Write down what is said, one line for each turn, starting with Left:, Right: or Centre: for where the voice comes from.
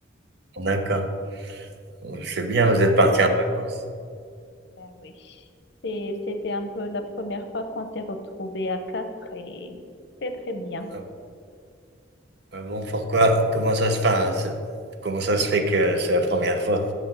Right: D'accord. C'est bien, vous êtes parti en vacances.
Left: Ben oui. Et c'était un peu la première fois qu'on s'est retrouvés à quatre et c'était très bien.
Right: Ah, ah bon, pourquoi? Comment ça se passe? c'est- Comment ça se fait que c'est la première fois